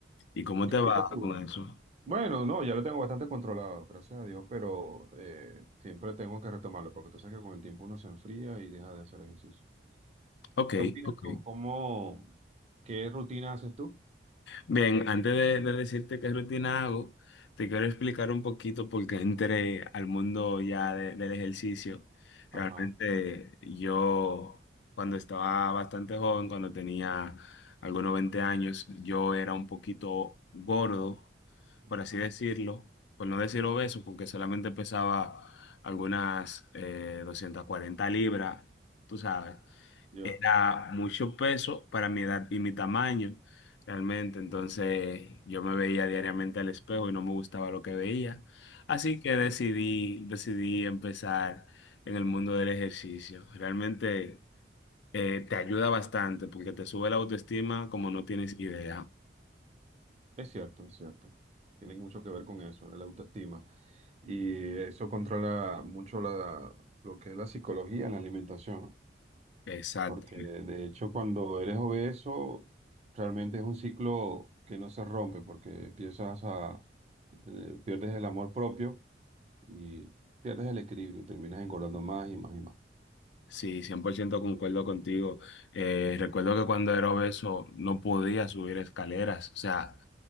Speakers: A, on the left; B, on the right.
A: ¿Y cómo
B: ¿Qué
A: te
B: opinas
A: va
B: tú?
A: con eso?
B: Bueno, no, ya lo tengo bastante controlado, gracias a Dios, pero eh, siempre tengo que retomarlo porque tú sabes que con el tiempo uno se enfría y deja de hacer ejercicio.
A: Ok,
B: ¿Qué opinas
A: ok.
B: tú? ¿Cómo, qué rutina haces tú?
A: Bien, antes de, de decirte qué rutina hago, te quiero explicar un poquito por qué entré al mundo ya de- del ejercicio. Realmente
B: Ajá,
A: yo, cuando estaba bastante joven, cuando tenía algunos 20 años, yo era un poquito gordo,
B: ajá,
A: por así decirlo, por no decir obeso, porque solamente pesaba algunas eh, 240 libras, tú sabes.
B: ya.
A: Era mucho peso para mi edad y mi tamaño, realmente. Entonces yo me veía diariamente al espejo y no me gustaba lo que veía. Así que decidí, decidí empezar en el mundo del ejercicio. Realmente eh, te ayuda bastante porque te sube la autoestima como no tienes idea.
B: Es cierto, es cierto. Tiene mucho que ver con eso, la autoestima. Y eso controla mucho la, lo que es la psicología en la alimentación, ¿no?
A: Exacto.
B: porque de hecho cuando eres obeso, realmente es un ciclo que no se rompe, porque empiezas a, eh, pierdes el amor propio y pierdes el equilibrio, y terminas engordando más y más y más.
A: Sí, 100% concuerdo contigo. Eh, recuerdo que cuando era obeso no podía subir escaleras, o sea,